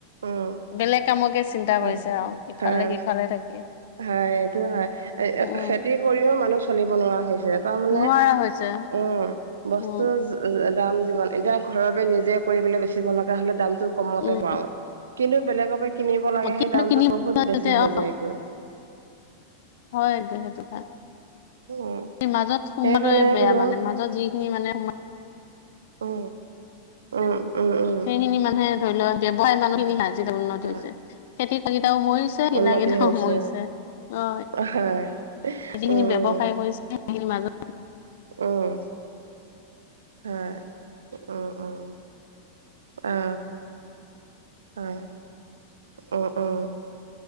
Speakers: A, on the right; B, on the left.
A: উম
B: বেলেগ কামকে চিন্তা
A: হয়
B: কৰিছে আৱ ইফালে
A: হয়
B: সিফালে থাকি
A: হয় এইটো হয়
B: উম
A: খেতি কৰিও মানুহ চলিব নোৱাৰা হৈছে তাৰমানে
B: নোৱাৰা হৈছে
A: উম বস্তু
B: উম
A: দাম যিমান এতিয়া ঘৰৰ পৰাই নিজে কৰিবলে বেছি ব লগা হ'লে দামটো কমতে
B: উম
A: পাও কিন্তু বেলেগৰ পৰা কিনিব লাগে
B: কিন্তু
A: সেই দামটো
B: কিনি
A: বহুত বেছি হৈ
B: অ
A: যায় গৈ
B: হয় সেইটো সেইটো খা
A: উম
B: মাজত সমোৱাটোৱে
A: সেইকাৰণে
B: বেয়া
A: বোলো
B: মানে মাজত যিখিনি মানে সোমাই
A: অ উম উম উম
B: সেইখিনি মানুহে ধৰি লোৱা ব্যৱসায় মানুহখিনি
A: হয়
B: আজিকালি উন্নতি
A: হয়
B: হৈছে, খেতি কৰা কিটাও মৰিচ ছে
A: উন্নতি
B: কিনা কিতাও
A: হৈছে
B: মৰিছে অ
A: হয়
B: যিখিনি
A: উম
B: ব্যৱসায় কৰিছে সেইখিনি মাজত
A: উম হয় উম উম অ হয় উম উম